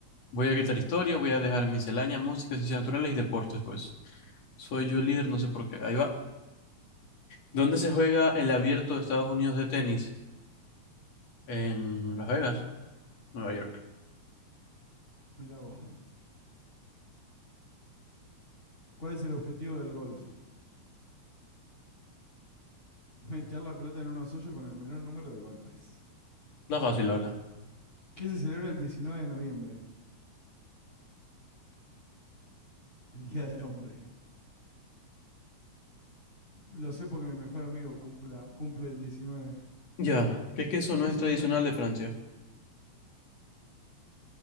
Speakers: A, on the left; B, on the left.
A: voy a quitar historia, voy a dejar miscelánea, música, ciencias naturales y deportes, pues. Soy yo el líder, no sé por qué. Ahí va. ¿Dónde se juega el abierto de Estados Unidos de tenis? En Las Vegas, Nueva York.
B: Mira vos. ¿Cuál es el objetivo del golf? Meter la pelota en unos hoyos con el menor número de golpes.
A: La fácil, la verdad.
B: ¿Qué se celebra el 19 de noviembre? El Día del Hombre. Lo sé porque mi mejor amigo cumpla, cumple el 19.
A: Ya. ¿Qué queso
B: ¿Qué,
A: no
B: qué
A: es
B: son?
A: tradicional
B: nue-
A: de Francia?